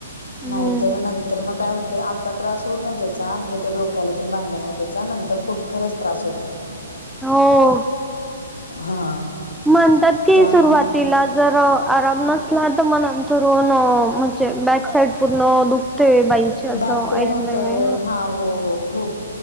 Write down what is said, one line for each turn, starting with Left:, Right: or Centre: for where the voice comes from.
Centre: हम्म
Left: नाहीतर नंतर मग काय होतंय, आत्ता त्रास होत नाही त्या- चा म्हणजे ते डोक्याला तेन बांधलं नाही त्याचा नंतर खूप खरंच त्रास होतोय.
Centre: हो,
Left: हां
Centre: म्हणतात कि
Left: त्यामुळं
Centre: सुरुवातीला- जर आराम नसला तर मग नंतरून म्हणजे बॅक साईड पूर्ण दु- ते बाईची असं,
Left: बॅक पेन
Centre: ऐकलंय
Left: होतं
Centre: मी.
Left: हां हो, हो खूप.